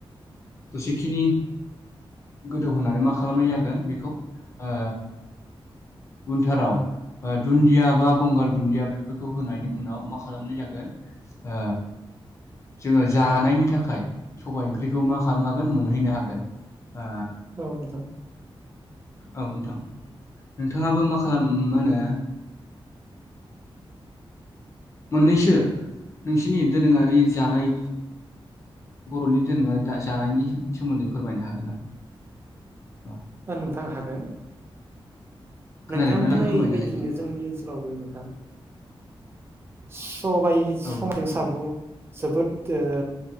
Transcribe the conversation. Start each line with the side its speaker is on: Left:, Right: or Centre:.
Left: द'सेखिनि गोदौहोनानै मा खालामनाय जागोन बेखौ ओ उनथाराव दुनदिया बा गंगार दुनदिया बेफोरखौ होनायनि उनाव मा खालामनाय जागोन ओ जोङो जानायनि थाखाय थाखाय स'बाय ओंख्रिखौ मा खालामनो हागोन मोनहैनो हागोन। ओ
Right: औ नोंथां
Left: औ नोंथां नोंथाङाबो मा खालाम मा होनो
Right: <inaudible>
Left: मोननैसो नोंसिनि दोरोङारि जानाय। बर'नि दोरोङारि दा जानायनि सोमोनदै फोरमायनो हागोन नामा?
Right: ओ नोंथां हागोन
Left: खोनादोंना
Right: नोंथां बुंनाय
Left: एसे फोरमायनो
Right: बायदिनो
Left: हायोब्ला फोरमाय।
Right: जोंनि ओनसोलावबो नोंथां सबायाइ सबाइजों
Left: औ नोंथां
Right: साम' जोबोद ओ